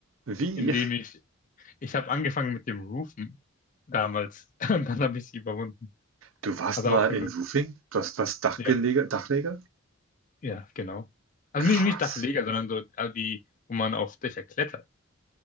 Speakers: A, on the right; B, on the left.
A: wie?
B: indem ich, ich habe angefangen mit dem Rufen damals <laughs> und dann habe ich sie überwunden.
A: Du warst
B: Also
A: mal
B: auch, ein-
A: in Roofing? Du hast was Dachgelege,
B: ja,
A: Dachleger?
B: ja, genau. Also
A: Krass.
B: nicht, nicht Dachleger, sondern so also die, wo man auf Dächer klettert.